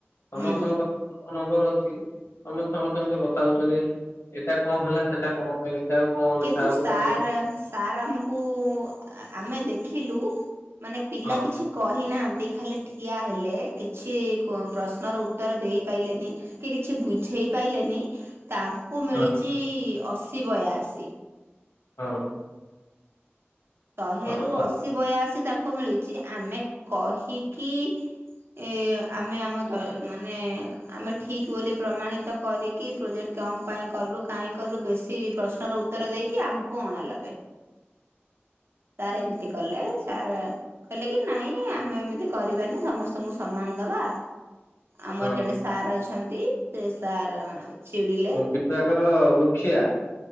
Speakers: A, on the left; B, on the right.
A: ସମସ୍ତଙ୍କ
B: ହୁଁ
A: ପାଖ ନମ୍ବର ଅଛି ତମେ ସମସ୍ତଙ୍କ ସ କଥା ଉଛନ୍ତି ଏଇଟା କଣ ହେଲା ସେଇଟା କଣ ପାଇଁ ଲେଖାହବ କଣ
B: କିନ୍ତୁ
A: ଲେଖା ହବ
B: ସାର୍
A: କଣ ଲେଖା ହବ
B: ସାର୍ ଆମକୁ ଆମେ ଦେଖିଲୁ ମାନେ ପିଲା
A: ହଁ
B: କିଛି କହିନାହାନ୍ତି ଖାଲି ଠିଆ ହେଲେ କିଛି ପ୍ରଶ୍ନର ଉତ୍ତର ଦେଇପାରିଲନି କି କିଛି ବୁଝେଇ ପାରଲେନି ତା କୁ ମିଳିଛି
A: ହଁ
B: ଅଶୀ ବୟାଅଶୀ।
A: ହଁ।
B: ଶହେରୁ
A: ହଁ ତ
B: ଅଶୀ ବୟାଶୀ ତାଙ୍କୁ ମିଳିଛି ଆମେ କହିକି ଏ ଆମେ ଆମ ମାନେ ଆମେ ଠିକ ବୋଲି ପ୍ରମାଣିତ କରି କି ପ୍ରୋଜେକ୍ଟ କଣ ପାଇଁ କଲୁ କାହିଁ କଲୁ ବେଶୀ ପ୍ରଶ୍ନର ଉତ୍ତର ଦେଇକି ଆମକୁ ଅଣା ଲବେ। ସାର ଏମିତି କଲେ ସାର କହିଲେ କି ନାଇଁ ଆମେ ଏମିତି କରାନି ସମସ୍ତଙ୍କୁ ସମାନ ଦବା ଆମର
A: ହଁ
B: ଜଣେ ସାର୍ ଅଛନ୍ତି ସେ ସାର୍ ଚିଡିଲେ
A: ବିଭକର ମୁଖିଆ।